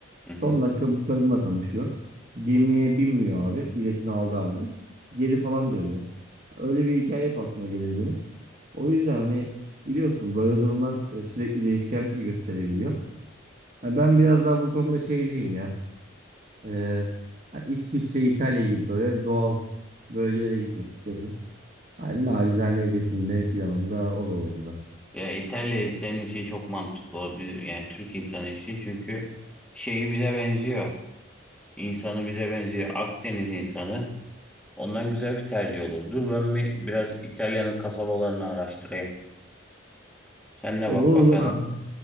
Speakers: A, in the centre; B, on the right.
A: Hı
B: Son
A: hı.
B: dakika bu kadınla tanışıyor. Gemiye binmiyor abi. Biletini aldı halde. Geri falan dönüyor. Öyle bir hikaye hep aklıma gelir benim. O yüzden hani biliyorsun böyle durumlar e, sürekli değişkenlik de gösterebiliyor. Ha, ben biraz daha bu konuda şeyciyim ya. Ee, hani İsviçre, İtalya gibi böyle doğal bölgelere gitmek isterim. Yani nacizane hedefim de hep yanında o da oldu da.
A: Ya İtalya senin için çok mantıklı olur. Biz, yani Türk insanı için çünkü şeyi bize benziyor. İnsanı bize benziyor. Akdeniz insanı. Ondan güzel bir tercih olur. Dur ben bir biraz İtalya'nın kasabalarını araştırayım. Sen de
B: Olur
A: bak bakalım.
B: olur abi.